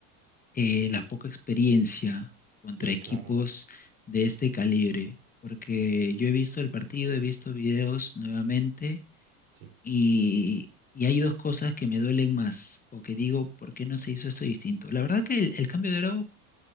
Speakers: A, on the left; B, on the right.
A: eh, la poca experiencia contra
B: Sí,
A: equipos
B: claro.
A: de este calibre, porque yo he visto el partido, he visto videos nuevamente
B: Sí,
A: y, y hay dos cosas que me duelen más o que digo, ¿por qué no se hizo esto distinto? La verdad que el, el cambio de Araujo